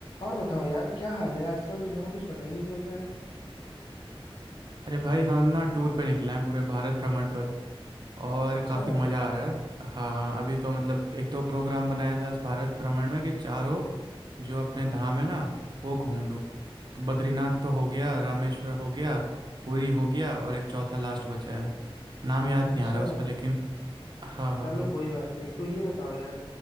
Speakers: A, on the left (about 65°); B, on the right (about 45°).
A: और बताओ यार क्या हाल है आजकल तुम्हारा कुछ पता ही नहीं चल रहा है
B: अरे भाई हम ना टूर पे निकले हैं पूरे भारत भ्रमण पर और
A: अच्छा
B: काफ़ी मज़ा आ रहा है हाँ हाँ अभी तो मतलब एक तो प्रोग्राम बनाया था इस भारत भ्रमण में कि चारों जो अपने धाम है ना वो घूम लूँ तो बद्रीनाथ तो हो गया रामेश्वर हो गया पुरी हो गया और एक चौथा लास्ट बचा है नाम याद
A: अच्छा
B: नहीं आ रहा उसका लेकिन हाँ हाँ
A: चलो
B: हाँ
A: कोई बात नहीं तो ये बताओ यार